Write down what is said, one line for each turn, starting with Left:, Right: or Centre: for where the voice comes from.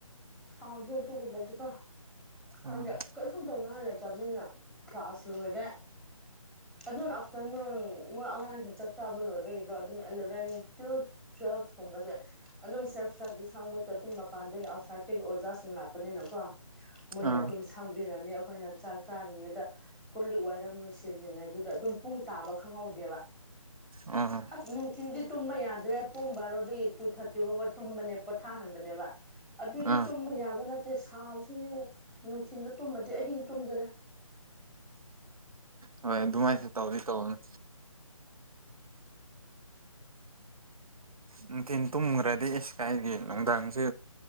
Centre: ꯁꯥꯎꯗꯦ ꯑꯗꯨꯒꯨꯝꯕꯗꯤꯀꯣ ꯈꯪꯗꯦ
Right: ꯑꯥ
Centre: ꯀꯩꯁꯨꯨꯝ ꯇꯧꯅꯤꯉꯥꯢ ꯂꯩꯇꯕꯅꯤꯅ ꯀ꯭ꯂꯥꯁ ꯂꯣꯏꯔꯦ ꯑꯗꯨꯅ ꯑꯞꯇꯔꯅꯨꯟ ꯃꯣꯏ ꯑꯉꯥꯡꯁꯤꯡ ꯆꯥꯛ ꯆꯥꯕ ꯂꯣꯏꯕꯒꯤꯗꯣ ꯑꯦꯂꯚꯦꯟ ꯇꯨ ꯇ꯭ꯋꯦꯜꯀꯨꯝꯕꯁꯦ ꯑꯗꯨꯝ ꯁꯦꯜꯞ ꯏꯁꯇꯗꯤꯁ ꯍꯪꯕꯁꯦ ꯑꯗꯨꯝ ꯃꯄꯥꯟꯗꯒꯤ ꯑꯥꯎꯠꯁꯥꯏꯗꯒꯤ ꯑꯣꯖꯥꯁꯤꯡ ꯂꯥꯛꯄꯅꯤꯅꯀꯣ ꯃꯣꯏꯅ
Right: ꯑꯥ
Centre: ꯑꯗꯨꯝ ꯁꯥꯡꯕꯤꯔꯅꯤ ꯑꯩꯈꯣꯏꯅ ꯆꯥꯛ ꯆꯥꯔꯤꯉꯩꯗ ꯀꯨ ꯂꯤꯛ ꯋꯥꯏꯔꯝ ꯂꯣꯏꯁꯤꯟꯜꯂꯤꯉꯩꯗ ꯁꯤꯗ ꯑꯗꯨꯝ ꯄꯨꯡ ꯇꯥꯕ ꯈꯪꯍꯧꯗꯦꯕ꯫
Right: ꯑ
Centre: ꯑꯁ ꯅꯨꯡꯊꯤꯟꯗꯤ ꯇꯨꯝꯕ ꯌꯥꯗ꯭ꯔꯦ ꯄꯨꯡ ꯕꯥꯔꯣꯗꯒꯤ ꯇꯨ ꯊꯥꯔꯇꯤꯐꯥꯎꯕ ꯇꯨꯝꯕꯅꯦ ꯄꯣꯊꯥꯍꯟꯕꯅꯦꯕ ꯑꯗꯨꯗꯤ
Right: ꯑꯥ
Centre: ꯇꯨꯝꯕ ꯌꯥꯕ ꯅꯠꯇꯦ ꯁꯥꯕꯁꯤ ꯅꯨꯡꯊꯤꯟꯗ ꯇꯨꯝꯃꯗꯤ ꯑꯍꯤꯡ ꯇꯨꯝꯗ꯭ꯔꯦ꯫
Right: ꯍꯣꯏ ꯑꯗꯨꯃꯥꯏꯅꯁꯨ ꯇꯧꯗꯤ ꯇꯧꯕꯅꯦ ꯅꯨꯡꯊꯤꯟ ꯇꯨꯝꯈ꯭ꯔꯗꯤ ꯏꯁ ꯀꯥꯏꯗꯒꯤ ꯅꯨꯡꯗꯥꯡꯁꯦ